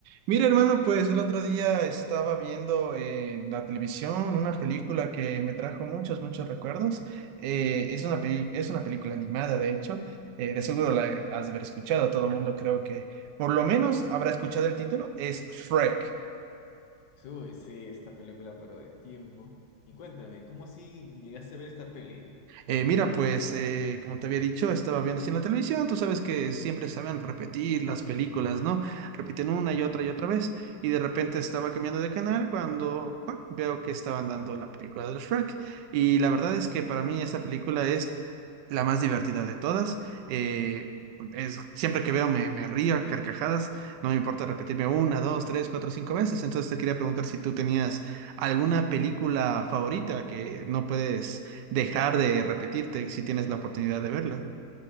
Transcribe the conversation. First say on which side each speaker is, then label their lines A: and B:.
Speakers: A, on the right; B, on the left.
A: Mira, hermano, pues el otro día estaba viendo eh, en la televisión una película que me trajo muchos, muchos recuerdos. Eh, es una peli- es una película animada, de hecho. Eh, de seguro la, la has de haber escuchado. Todo el mundo creo que por lo menos
B: Ah, sí.
A: habrá escuchado el título. Es Shrek.
B: Uy, sí, esta película, pero de tiempo. Y cuéntame, ¿cómo así llegaste a ver esta peli?
A: Eh, mira, pues eh, como te había dicho, estaba viendo así en la televisión, tú sabes que siempre saben repetir las películas, ¿no? Repiten una y otra
B: Claro.
A: y otra vez. Y de repente estaba cambiando de canal cuando ¡pa! veo que estaban dando la película de Shrek. Y la verdad es que para mí esa película es la más divertida de todas. Eh, es, siempre que veo me, me río a carcajadas, no me importa repetirme una, dos, tres, cuatro, cinco veces. Entonces te quería preguntar si tú tenías alguna película favorita que no puedes dejar de repetirte si tienes la oportunidad de verla,